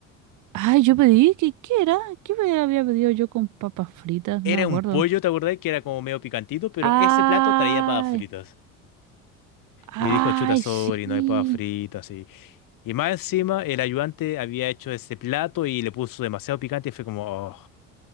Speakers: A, on the right; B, on the left.
A: Ay, yo pedí, ¿qué, qué era? ¿Qué me había pedido yo con papas fritas?
B: Era
A: No me
B: un
A: acuerdo.
B: pollo, ¿te acordás? Que era como medio picantito, pero
A: Ay,
B: ese plato traía papas fritas.
A: ay,
B: Y dijo, chuta, sorry,
A: sí.
B: no hay papas fritas. Y, y más encima, el ayudante había hecho ese plato y le puso demasiado picante y fue como, oh,